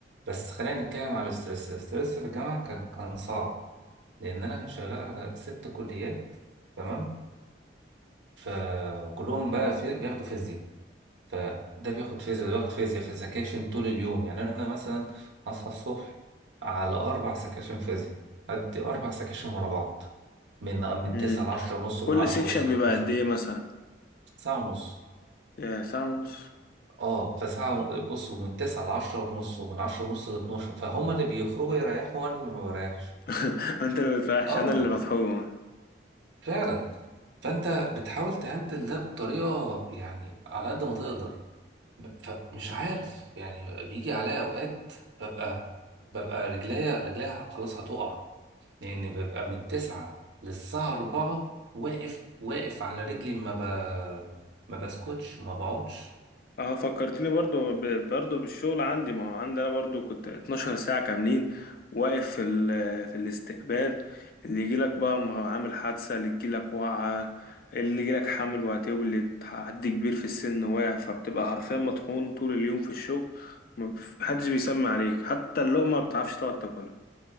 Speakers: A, on the right; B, on the left.
A: بس خلينا نتكلم على الستريس الستريس في الجامعة كان كان صعب لان انا شغال على ست كليات تمام فكلهم بقى في... بياخدوا فيزياء فده بياخد فيزياء ده بياخد فيزياء في سكاشن طول اليوم يعني انا مثلا هصحى الصبح على اربع سكاشن فيزياء ادي اربع سكاشن ورا بعض من من
B: مم.
A: 9 ل 10 ونص ومن
B: كل
A: 10
B: سيكشن
A: ونص ل
B: بيبقى
A: 12
B: قد ايه مثلا
A: ساعه ونص
B: يا ساعه ونص
A: اه فساعه و- بص ومن 9 ل 10 ونص ومن 10 ونص ل 12 فهم اللي بيخرجوا يريحوا وانا اللي ما بريحش
B: <laughs> انت اللي بتريحش
A: اه
B: انا اللي بتحوم
A: فعلا فانت بتحاول تهندل ده بطريقه يعني على قد ما تقدر ب- فمش عارف يعني بيجي عليا اوقات ببقى ببقى رجليا رجليا خلاص هتقع لان ببقى من تسعة للساعة أربعة واقف واقف على رجلي ما ب... ما بسكتش ما بقعدش
B: اه فكرتني برضو ب- برضو بالشغل عندي ما هو عندي انا برضو كنت 12 ساعة كاملين واقف في ال- في الاستقبال اللي يجيلك بقى ما هو عامل حادثة اللي يجيلك واقعة اللي يجيلك حامل وهتولد حد كبير في السن واقع فبتبقى حرفيا مطحون طول اليوم في الشغل ما- محدش بيسمع عليك حتى اللقمة ما بتعرفش تقعد تاكلها